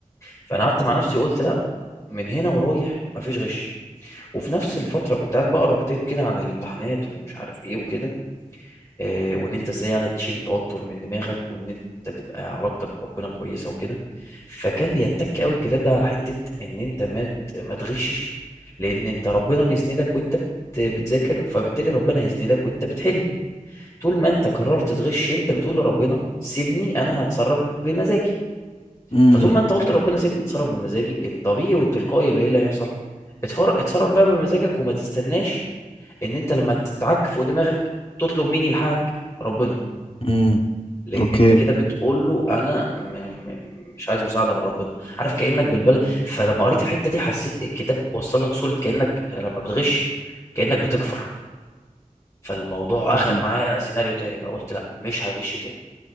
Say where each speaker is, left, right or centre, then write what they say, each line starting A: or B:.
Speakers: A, on the left; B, on the left.
A: فانا قعدت مع نفسي قلت لا من هنا ورايح مفيش غش وفي نفس الفتره كنت قاعد بقرا كتاب كده عن الامتحانات ومش عارف ايه وكده آه وان انت ازاي يعني تشيل التوتر من دماغك وان انت تبقى علاقتك بربنا كويسه وكده فكان بيتك قوي الكتاب ده على حته ان انت ما ت- ما تغشش لان انت ربنا بيسندك وانت بت- بتذاكر فبالتالي ربنا هيسندك وانت بتحل طول ما انت قررت تغش انت بتقول لربنا سيبني انا هتصرف بمزاجي
B: مم.
A: فطول ما انت قلت لربنا سيبني اتصرف بمزاجي الطبيعي والتلقائي يبقى ايه اللي هيحصل اتفر... اتصرف بقى بمزاجك وما تستناش ان انت لما تتعك فوق دماغك تطلب مين يلحقك ربنا
B: مم.
A: لان
B: اوكي
A: انت كده بتقول له انا م... م... مش عايز مساعده من ربنا عارف كانك بالبلد فلما قريت الحته دي حسيت الكتاب وصل لك صوره كانك لما بتغش كانك بتكفر فالموضوع
B: مم.
A: اخد معايا سيناريو تاني بقى قلت لا مش هغش تاني